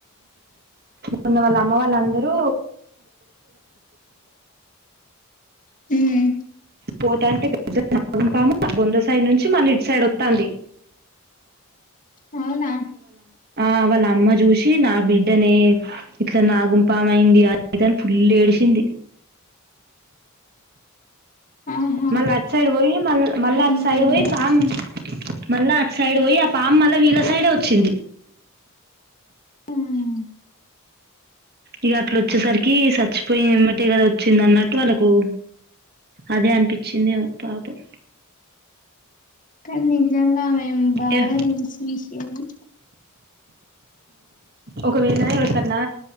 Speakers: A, on the right (about 45°); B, on the left (about 40°).
A: మొన్న వాళ్ళ అమ్మ వాళ్ళ అందరూ
B: హుమ్
A: పోత అంటే ఎం పామో ఆ గుంట సైడ్ నుంచి మళ్ళ ఇటు సైడ్ వస్తుంది.
B: అవునా
A: ఆ వాళ్ళ అమ్మ చూసి నా బిడ్డనే ఇట్లా నాగుంపాము అయింది, అనుకొన్ని ఫుల్ ఏడిచింది.
B: ఆహా
A: మళ్ళీ సైడ్ పోయి మళ్ మళ్ళా
B: నేను
A: సైడ్
B: చూడలే
A: పోయి సామ్ మళ్ళా అటు సైడ్ పోయి ఆ పాము మళ్ళా వీళ్ళ సైడే వచ్చింది.
B: ఉహు
A: ఇక అట్లా వచ్చేసరికి చచ్చిపోయి వేమటేకదా వచ్చింది, అన్నట్టు వాళ్ళకు అదే అనిపించిందేమో పాపం,
B: కానీ నిజంగా ఆమె బాగా
A: ఏ
B: రిల్స్ తీసింది.
A: ఒకవేళ ఎవరికన్నా